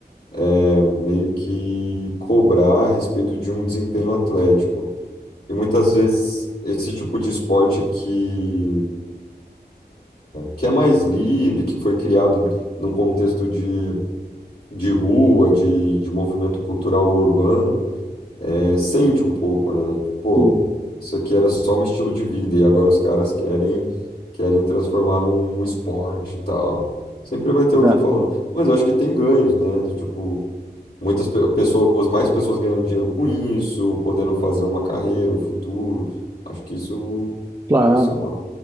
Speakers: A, on the left; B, on the right.
A: é, meio que cobrar a respeito de um desempenho atlético. E muitas vezes esse tipo de esporte que, que é mais livre, que foi criado num contexto de, de rua, de, de movimento cultural urbano, é, sente um pouco, né? Pô,
B: Sim,
A: isso aqui era só um estilo de vida e agora os caras querem querem transformar num esporte e tal. Sempre vai ter
B: exato,
A: alguém falando. Mas eu acho que tem ganhos, né? Do tipo, muitas pe- pessoas, mais pessoas ganhando dinheiro com isso, podendo fazer uma carreira, um futuro. Acho que isso,
B: claro,
A: isso é uma.